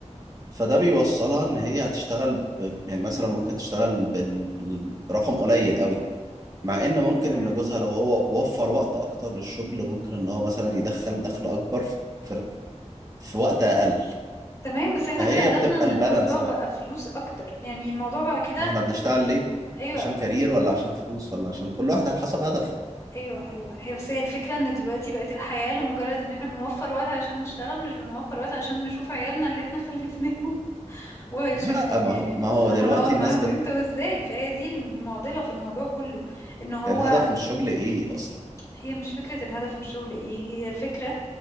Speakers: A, on the right; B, on the left.
A: فده بيوصلها إن هي هتشتغل ب... يعني مثلا ممكن تشتغل بال... برقم قليل قوي مع ان ممكن
B: اوكي
A: ان جوزها لو هو وفر وقت اكتر للشغل ممكن ان هو مثلا يدخل دخل اكبر في, في, في وقت اقل
B: تمام بس احنا
A: فهي
B: كده قلبنا
A: بتبقى
B: ان
A: البالانس
B: الموضوع بقى
A: بقى
B: فلوس اكتر يعني الموضوع بقى كده
A: ما احنا بنشتغل ليه
B: ايوه
A: عشان كارير ولا عشان فلوس ولا عشان كل واحد على حسب هدفه
B: ايوه ايوه هي بس هي الفكره ان دلوقتي بقت الحياه لمجرد ان احنا بنوفر وقت عشان نشتغل مش بنوفر وقت عشان نشوف عيالنا اللي احنا خلفناهم <laughs> وشكل
A: لا ما
B: يعني
A: هو ما هو
B: هنقعد
A: دلوقتي الناس
B: معاهم
A: بت...
B: امتى وازاي فهي دي المعضله في الموضوع كله ان هو
A: الهدف من الشغل ايه اصلا
B: هي مش فكره الهدف من الشغل ايه هي الفكره